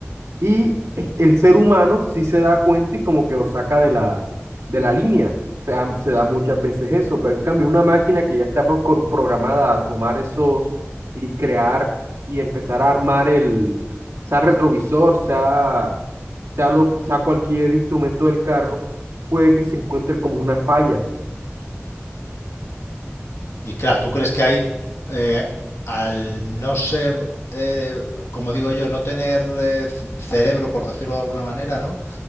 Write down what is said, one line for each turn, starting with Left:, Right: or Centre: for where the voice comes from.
Right: Y el ser humano sí se da cuenta y como que lo saca de la, de la línea. Se da, se da muchas veces eso, pero en cambio una máquina que ya está pro- programada a tomar esos y crear y empezar a armar el, sea retrovisor, sea, sea, lo, sea cualquier instrumento del carro, puede que se encuentre como una falla.
Left: Y claro, ¿tú crees que hay, eh, al no ser, eh, como digo yo, no tener eh, cerebro, por decirlo de alguna manera, ¿no?